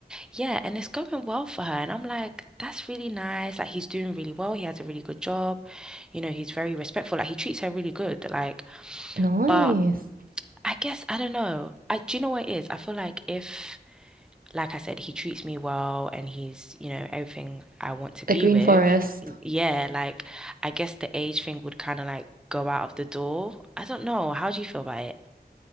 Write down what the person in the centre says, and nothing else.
Yeah, and it's going well for her. And I'm like, that's really nice. Like he's doing really well. He has a really good job. You know, he's very respectful. Like he treats her really good. Like,
but I guess I don't know. I do you know what it is? I feel like if like I said, he treats me well and he's, you know, everything I want to be
with.
Yeah, like I guess the age thing would kind of like go out of the door. I don't know. How do you feel about it?